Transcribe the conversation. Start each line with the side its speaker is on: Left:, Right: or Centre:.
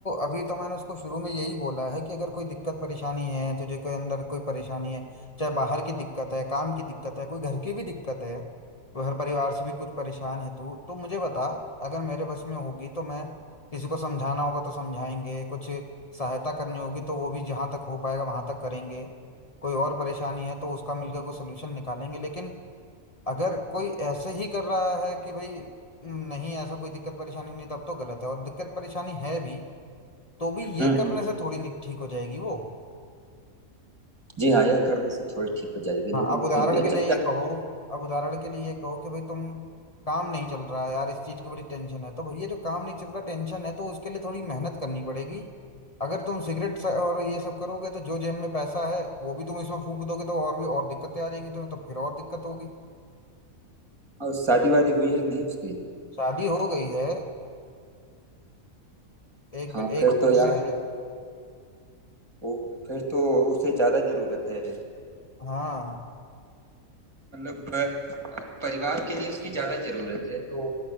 Left: अभी तो मैंने उसको शुरू में यही बोला है कि अगर कोई दिक्कत परेशानी है तुझे कोई अंदर कोई परेशानी है चाहे बाहर की दिक्कत है काम की दिक्कत है कोई घर की भी दिक्कत है घर परिवार से भी कुछ परेशान है तू तो मुझे बता अगर मेरे बस में होगी तो मैं किसी को समझाना होगा तो समझाएंगे कुछ सहायता करनी होगी तो वो भी जहाँ तक हो पाएगा वहां तक करेंगे कोई और परेशानी है तो उसका मिलकर कोई सोल्यूशन निकालेंगे लेकिन अगर कोई ऐसे ही कर रहा है कि भाई "हम्म, नहीं ऐसा कोई दिक्कत परेशानी नहीं तब तो गलत है और दिक्कत परेशानी है भी तो भी ये
Right: हम्म
Left: करने
Right: हम्म
Left: से थोड़ी नहीं ठीक हो जाएगी वो
Right: जी हाँ यह करने से थोड़ी ठीक हो जाएगी
Left: हाँ
Right: लेकिन
Left: अब उदाहरण
Right: फिर भी
Left: के
Right: अच्छा
Left: लिए ये कहो अब उदाहरण के लिए ये कहो कि भाई तुम काम नहीं चल रहा है यार इस चीज की बड़ी टेंशन है तो भैया जो काम नहीं चल रहा टेंशन है तो उसके लिए थोड़ी मेहनत करनी पड़ेगी अगर तुम सिगरेट स- और ये सब करोगे तो जो जेब में पैसा है वो भी तुम इसमें फूंक दोगे तो और भी और दिक्कतें आ जाएंगी तुम्हें तो फिर और दिक्कत होगी
Right: और शादी वादी हुई है कि नहीं उसकी
Left: शादी हो गई है एक
Right: हाँ
Left: बे- एक
Right: फिर
Left: बिटिया
Right: तो यार
Left: है
Right: ओह फिर तो उसे ज्यादा जरूरत है
Left: हाँ
Right: मतलब परिवार के लिए उसकी ज्यादा जरूरत है तो